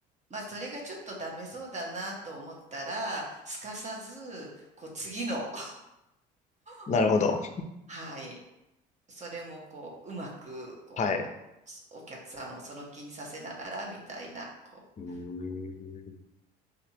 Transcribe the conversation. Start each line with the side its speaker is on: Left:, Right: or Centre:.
Right: まあそれがちょっとダメそうだなと思ったら、すかさず、こう次の、<laughs>
Left: なるほど。
Right: はい、それもこう、うまく、こう、
Left: はい。
Right: お客さんをその気にさせながらみたいな、こう、
Left: うーん。